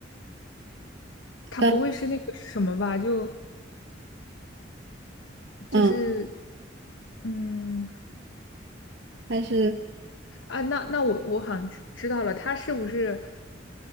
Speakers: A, on the left (about 85°); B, on the right (about 65°).
A: 它不会是那个什么吧？
B: 呃
A: 就
B: 嗯，
A: 就是嗯
B: 它是
A: 啊，那那我我好像知知道了，它是不是